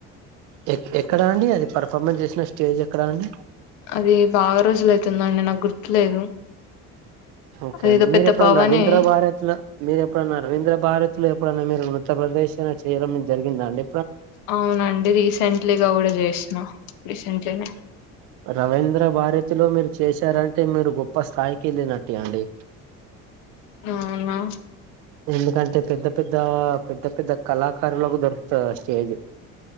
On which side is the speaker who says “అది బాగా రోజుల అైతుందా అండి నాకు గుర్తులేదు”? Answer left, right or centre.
Left